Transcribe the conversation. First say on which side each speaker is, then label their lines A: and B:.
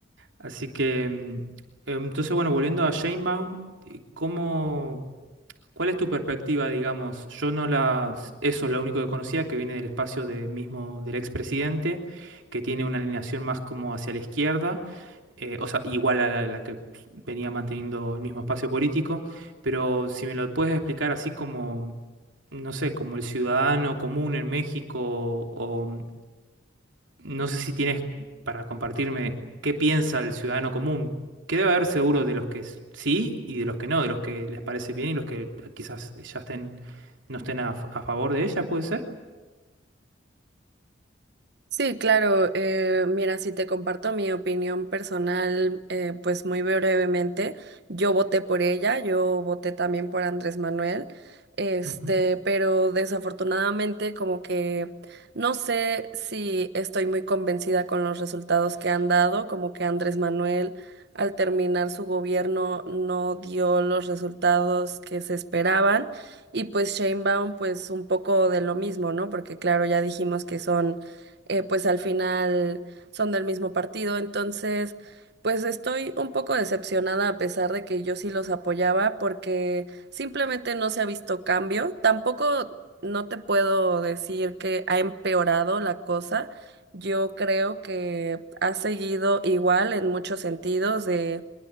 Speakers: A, on the right; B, on the right.
A: Así que, mm, entonces, bueno, volviendo a Sheinbaum, eh, ¿cómo... ¿Cuál es tu perspectiva, digamos? Yo no la... Eso es lo único que conocía, que viene del espacio de mismo del expresidente, que tiene una alineación más como hacia la izquierda, eh, o sea, igual a la, la que venía manteniendo el mismo espacio político, pero si me lo puedes explicar así como, no sé, como el ciudadano común en México o, no sé si tienes para compartirme qué piensa el ciudadano común, que debe haber seguro de los que s- sí y de los que no, de los que les parece bien y los que quizás ya estén, no estén a, f- a favor de ella, ¿puede ser?
B: Sí, claro. eh, mira, si te comparto mi opinión personal, eh, pues muy brevemente, yo voté por ella, yo voté también por Andrés Manuel, este,
A: Ujú.
B: pero desafortunadamente como que no sé si estoy muy convencida con los resultados que han dado, como que Andrés Manuel al terminar su gobierno no dio los resultados que se esperaban y pues Sheinbaum pues un poco de lo mismo, ¿no? Porque claro, ya dijimos que son eh, pues al final son del mismo partido. Entonces, pues estoy un poco decepcionada a pesar de que yo sí los apoyaba porque simplemente no se ha visto cambio. Tampoco no te puedo decir que ha empeorado la cosa. Yo creo que ha seguido igual en muchos sentidos de